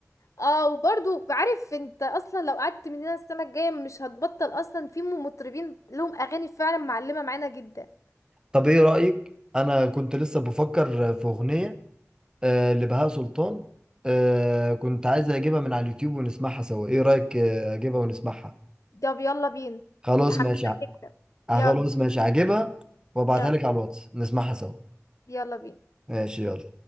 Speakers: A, on the left; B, on the right.
A: اه وبرضو بعرف انت اصلا لو قعدت من هنا السنة الجاية مش هتبطل اصلا في مطربين لهم اغاني فعلا معلمة معانا جدا
B: طب ايه رأيك انا كنت لسه بفكر في اغنية آه، لبهاء سلطان آه، كنت عايز اجيبها من على اليوتيوب ونسمعها سوا ايه رأيك آه، اجيبها ونسمعها
A: طب يلا بينا
B: خلاص
A: متحمسة
B: ماشي ع-
A: جدا يلا
B: آه، خلاص ماشي هجيبها وابعتها
A: يلا
B: لك على الواتس نسمعها سوا
A: يلا بينا
B: ماشي يلا